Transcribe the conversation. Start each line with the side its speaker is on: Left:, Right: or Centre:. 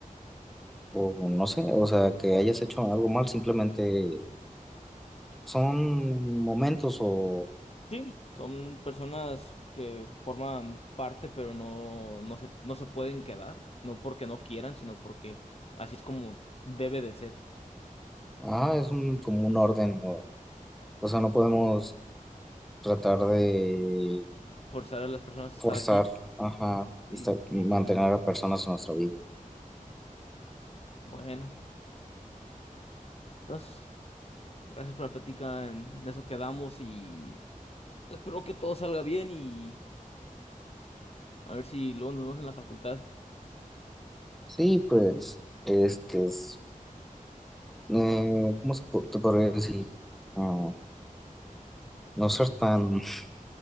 Centre: o no sé, o sea, que hayas hecho algo mal, simplemente son momentos o
Left: Sí, son personas que forman parte, pero no, no se, no se pueden quedar, no porque no quieran, sino porque así es como debe de ser,
Centre: Ah, es un, como un orden, ¿no? O sea, no podemos tratar de
Left: forzar a las personas a estar
Centre: forzar,
Left: aquí,
Centre: ajá,
Left: sí,
Centre: esta-
Left: definitivamente.
Centre: mantener a personas en nuestra vida.
Left: Bueno, entonces, gracias por la plática, en eso quedamos y... espero que todo salga bien y a ver si luego nos vemos en la facultad
Centre: Sí, pues, este es, eh, ¿cómo se po- te podría decir? Ah, no ser tan <laughs>